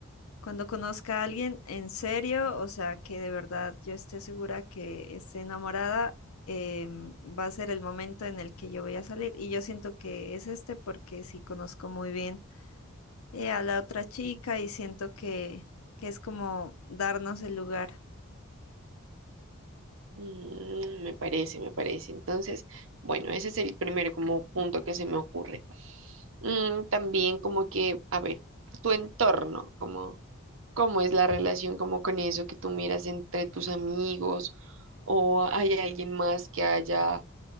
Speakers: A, on the left (about 80°); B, on the right (about 65°).
A: Cuando conozca a alguien en serio, o sea, que de verdad yo esté segura que esté enamorada, em, va a ser el momento en el que yo voy a salir. Y yo siento que es este porque sí conozco muy bien eh, a la otra chica y siento que, que es como darnos el lugar.
B: Mm, me parece, me parece. Entonces, bueno, ese es el primer como punto que se me ocurre. Mm, también como que, a ver, tu entorno, como cómo es la relación como con eso que tú miras entre tus amigos o hay alguien más que haya